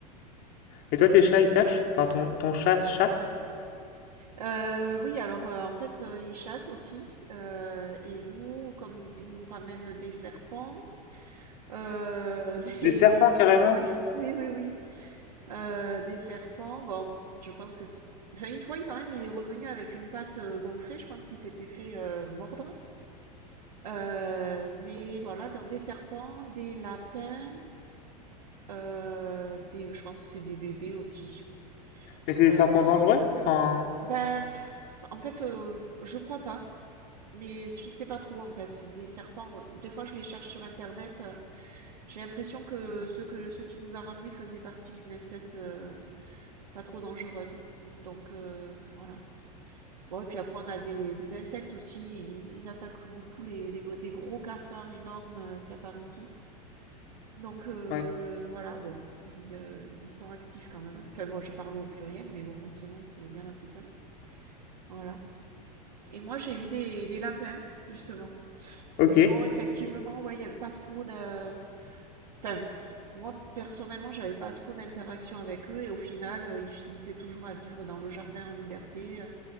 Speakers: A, on the left (about 50°); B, on the right (about 80°).
A: Et toi, tes chats, ils sèchent? Enfin, ton, ton chat chasse?
B: Euh, oui, alors euh, en fait, euh, ils chassent aussi. euh, et nous, comme ils nous ramènent des serpents, euh, <laughs>
A: Des
B: des...
A: serpents, carrément?
B: Ouais, oui, oui, oui. Euh, des serpents, bon, je pense que... c'est- Enfin, une fois, il- quand même, il est revenu avec une patte euh, gonflée. Je pense qu'il s'était fait euh, mordre. Euh, mais voilà, donc des serpents, des lapins, euh, des... je pense que c'est des bébés aussi.
A: Mais c'est
B: Euh,
A: des serpents dangereux? Enfin...
B: ben, pff, en fait, euh, je crois pas. Mais je sais pas trop en fait. C'est Des serpents, euh, des fois je les cherche sur internet. euh, J'ai l'impression que ceux que ceux qui nous a ramenés faisaient partie d'une espèce euh, pas trop dangereuse. Donc euh, voilà. Bon, et puis après on a des, des insectes aussi. Ils, ils attaquent beaucoup les, les- des gros cafards énormes euh, qu'il y a par ici. Donc euh,
A: Ouais.
B: voilà, bon, ils, euh, ils sont actifs quand même. Enfin bon, je parle au pluriel, mais bon, maintenant c'est il y en a plus qu'un. Voilà. Et moi j'ai eu des, des lapins justement.
A: Ok.
B: Mais bon, effectivement, ouais, il n'y avait pas trop de... Enfin, moi, personnellement, j'avais pas trop d'interaction avec eux et au final, euh, ils finissaient toujours à vivre dans le jardin en liberté, euh,